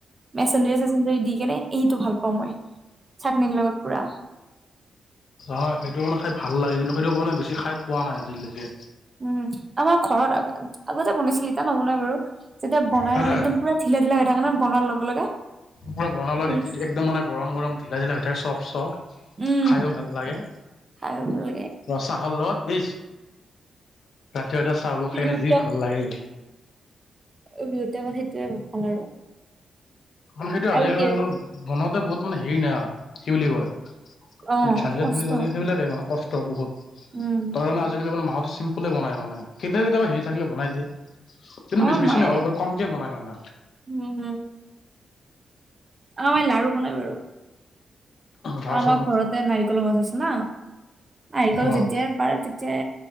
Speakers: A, on the right (about 30°); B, on the left (about 70°).
A: মেছেন্দেৰি সেছে দি কেনে এইটো ভাল পাওঁ মই, চাটনি লগত পুৰা।
B: হয়, সেইটো মানে খাই ভাল লাগে কিন্তু সেইটো মানে বেছি খাই পোৱা নাই আজিলৈকে।
A: উম, আমাৰ ঘৰত আ আগতে বনাইছিল এতিয়া নবনাই বাৰু, যেতিয়া বনাই
B: সেইটোৱে
A: মানে একদম পুৰা ঢিলা ঢিলা হৈ থাকে নই বনোৱাৰ লগে লগে।
B: পৰা বনালে
A: ইচ
B: একদম মানে গৰম গৰম ঢিলা ঢিলা হৈ থাকে চফ চফ।
A: উম
B: খাইও ভাল লাগে।
A: খাইও ভাল লাগে।
B: অ চাহ লত <unintelligible> ৰাতি ৰাতি চাউল
A: বিহুৰ
B: খাই কিনে যি ভাল লাগে।
A: উ বিহুতে আক সেইটোৱে ভাল আৰু।
B: মানে সেইটো
A: আৰু
B: আজিকালি
A: কি
B: মানে <unintelligible>
A: আছে
B: বনতে বহুত মানে হেৰি না, কি বুলি কয়?
A: অ
B: <unintelligible>
A: কষ্ট
B: বুলি কয় নি? সেইবিলাকে মা কষ্ট বহুত।
A: উম
B: তাৰ কাৰণে আজিকালি মানে মাহটো চিম্পলে বনাই মানে। কেতিয়াবা কেতিয়াবা হেৰি থাকিলে বনাই দিয়ে কিন্তু
A: আমাৰ
B: বেছ বেছি
A: মায়ে
B: নহয় অলপ কমকে বনাই মানে।
A: উম, উম। অ, এ লাৰু বনাই বাৰু।
B: ঘাঁহ
A: অ আমাৰ
B: চাহ না।
A: ঘৰতে নাৰিকল গছ আছে না। নাৰিকল
B: অ'
A: যেতিয়াই পাৰে তে যে